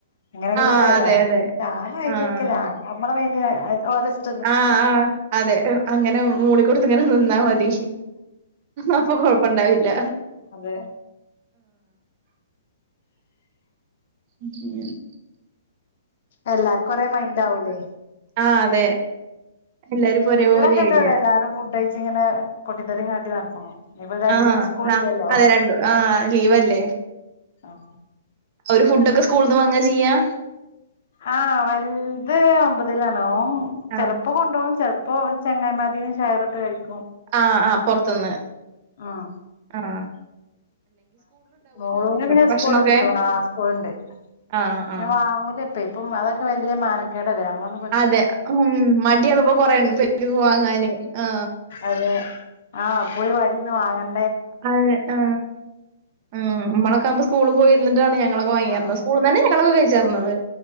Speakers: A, on the left (about 55°); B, on the right (about 35°).
A: <inaudible> അങ്ങനെക്കെ
B: ആഹ്
A: ഇത് ചെയ്താണോ
B: അതെ
A: <unintelligible>
B: അതെ
A: ഞാനും അയിനെക്കെ
B: ആഹ്
A: <unintelligible>
B: ആ ആ അതെ അങ്ങനെ മൂളികൊട്ത്ത് ഇങ്ങനെ നിന്നാ മതി അപ്പൊ കൊഴപ്പ ഇണ്ടാവില്ല
A: അതെ
B: ഉ
A: അല്ലാർക്കും ഒരെ മൈൻഡ് ആവൂലേ
B: ആഹ് അതെ എല്ലാരും ഇപ്പൊ ഒരേപോലെയാവില്ല
A: കുട്ടിഴളക്ക ഇണ്ട് ഇവടെ എല്ലാരും ഫുഡ് കഴിച്ച് ഇങ്ങനെ പൊട്ടിത്തെറിം കാട്ടി നട്ക്ക്ണു ഇഞ്ഞിപ്പ രണ്ടീസം
B: ആഹ്
A: സ്കൂൾ
B: ന
A: ഇല്ല്യല്ലോ
B: അതെ രണ്ടു ആഹ് ലീവല്ലേ
A: ആ
B: ഒരു ഫുഡക്കെ സ്കൂൾന്ന് വാങ്ങ ചെയ്യാ
A: ആ വൽത് ഒമ്പതിലാണ് ഓൻ
B: ആഹ്
A: ചെലപ്പോ കൊണ്ടവും ചെൽ പ്പോ ചെങ്ങായിമാരെന്ന് ഷെയറ് ഇട്ട് കഴിക്കും
B: ആ ആ പോർത്ത്ന്ന്
A: ആഹ്
B: ആ
A: മോളൂന് പിന്നെ
B: ഭക്ഷണൊക്കെ
A: സ്കൂൾള് കിട്ടും ആ സ്കൂള്ണ്ട്
B: ആഹ് ആഹ്
A: അത് വാങ്ങൂലപ്പെ ഇപ്പം അതൊക്കെ വല്ല്യ മാനക്കേടല്ലേ നമ്മള്
B: അതെ ഉം മടിയാണ് ഇപ്പോ കൊറ <unintelligible> വാങ്ങാന് ആ
A: <unintelligible> ആ പോയി വരിന്ന് വാങ്ങൻ
B: അതെ ആ ഉം നമ്മളൊക്ക ആവുമ്പോ സ്കൂള് പോയിര്ന്ന്ട്ടാണ് ഞങ്ങളൊക്ക വാങ്ങിയാര്ന്നത്
A: ആഹ്
B: സ്കൂൾന്നന്നെ <unintelligible> വ് കയിചാർന്നത്